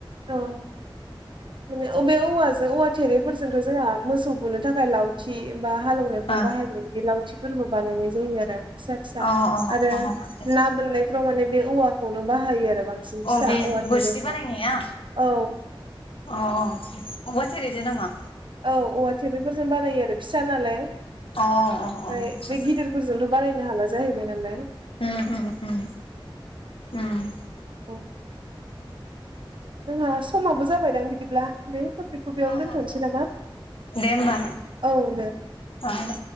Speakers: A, on the right; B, on the left.
A: औ माने अबे औवाजों औवा थेरैफोरजोंथ जोंहा मोसौ बुनो थाखाय लावथि। बा हालेवनायफ्राव
B: अ
A: बाहायनाय बिदि लावथि फोरबो बानायनाय जायो आरो फिसा फिसा
B: अ
A: आरो
B: अ
A: ना बोननायफ्राव माने बे औवा खौनो बाहायो आरो बांसिन फिसा
B: अ बे
A: औवा थेरेखौ
B: बोरसि बानायनाया।
A: औ
B: अ ब <unintelligible> जेनामा?
A: औ औवा थेरिफोरजों बानायो आरो फिसा नालाय। ओमफ्राय
B: अ अ आतसा
A: बे गिदिरफोरजोंनोथ' बानायानो हाला जाहैबाय नालाय
B: उम उम उम उम
A: औ। जोंहा समाबो जाबायदां बिदिब्ला बे बेखौ बेयावनो
B: अ अ
A: दोनथ'नोसै
B: अ
A: नामा
B: दे होमबा
A: औ दे।
B: अ दे